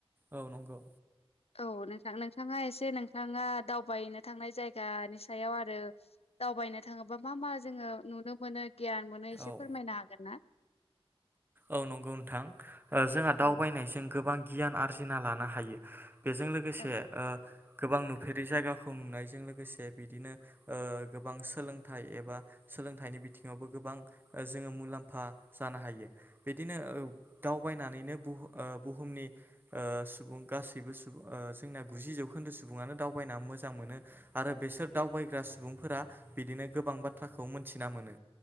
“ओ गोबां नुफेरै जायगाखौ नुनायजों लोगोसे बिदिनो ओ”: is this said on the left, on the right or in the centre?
Right